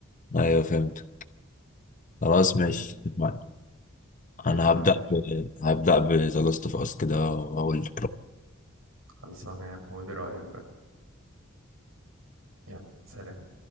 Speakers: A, on the left (about 40°); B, on the right (about 80°).
A: ايوه فهمت خلاص
B: تمام
A: ماشي اتفقنا.
B: قشطة
A: انا هبدأ
B: ماشي
A: ب... هبدأ بذا لاست اوف اس كده واقول لك
B: خلصانة يا عم قولي رأيك بقى يلا سلام